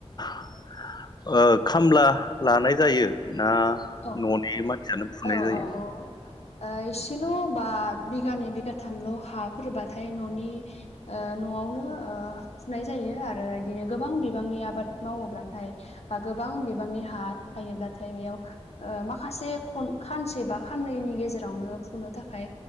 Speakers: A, on the left; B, on the left.
A: <unintelligible> ओ खामला लानाय जायो ना
B: औ-औ-औ-औ
A: न'नि मानसियानो फुनाय जायो
B: एसेल' बा बिगानै बिगाथामल' हाफोरबाथाय न'नि ओ न'आवनो ओ फुनाय जायो आरो बिदिनो गोबां बिबांनि आबाद मावोब्लाथाय बा गोबां बिबांनि हा थायोब्लाथाय बेयाव ओ माखासे खानसे बा खाननैनि गेजेर रावनो फुंनो थाखाय